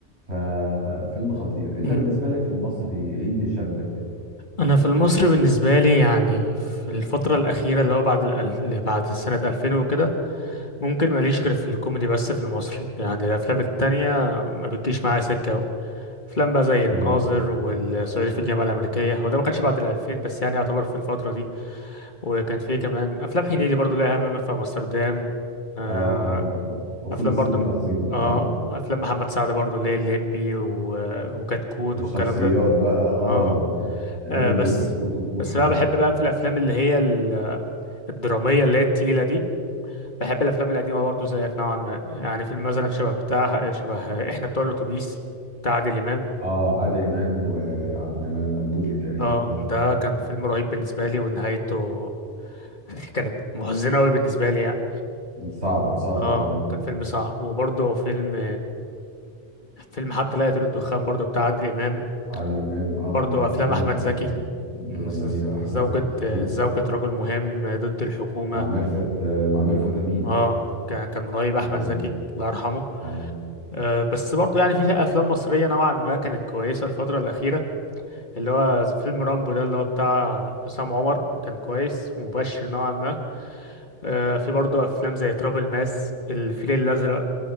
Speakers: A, on the right; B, on the left.
A: ففيلم خطير انت
B: مم.
A: بالنسبة لك في المصري ايه اللي شدك
B: انا في المصري بالنسبه لي يعني في الفتره الاخيره اللي هو بعد ال- اللي بعد سنه 2000 وكده ممكن ماليش غير في الكوميدي بس في المصري يعني الافلام التانية ما بتجيش معايا سكة أوي. افلام بقى زي
A: تمام
B: الناظر والصعيدي في الجامعة الأمريكية هو ده ما كانش بعد الألفين بس يعني يعتبر في الفترة دي وكان فيه كمان أفلام هنيدي برضو ليها همام في أمستردام آه،
A: اه اه طبعا وفول
B: أفلام
A: الصين
B: برضو
A: العظيم
B: اه
A: اه
B: أفلام محمد سعد برضو اللي هي الليمبي و- وكتكوت
A: الشخصيات
B: والكلام ده
A: بقى اه
B: اه
A: ليمبي
B: آه، بس
A: وكتكوت وبوحة
B: بس بقى بحب بقى في الأفلام اللي هي ال- الدرامية اللي هي التقيلة دي بحب الافلام القديمه برضو زيك نوعا ما يعني فيلم مثلا شبه بتاع شبه احنا بتوع الاتوبيس بتاع عادل امام
A: اه عادل امام وعبد المنعم مدبولي تقريبا
B: اه
A: اه
B: ده كان فيلم رهيب بالنسبه لي ونهايته <laughs> كانت محزنه قوي بالنسبه لي يعني
A: صعب صعب
B: اه
A: اه
B: كان فيلم صعب وبرضه فيلم فيلم حتى لا يطير الدخان برضه بتاع عادل امام
A: عادل إمام اه
B: برضه
A: من الأفلام
B: افلام احمد زكي
A: الدرامية
B: ز- ز-
A: أحمد
B: زوجة
A: زكي خطير
B: زوجة رجل مهم ضد الحكومة
A: مع ميرفت آه، مع ميرفت أمين
B: اه ك- كان رهيب احمد
A: جميل
B: زكي
A: جدا
B: الله يرحمه
A: اه
B: أه، بس برضو يعني في افلام مصريه نوعا ما كانت كويسه الفتره الاخيره اللي هو زي فيلم رامبو ده اللي هو بتاع حسام عمر كان كويس ومبشر نوعا ما أه، في برضو افلام زي تراب الماس الفيل الازرق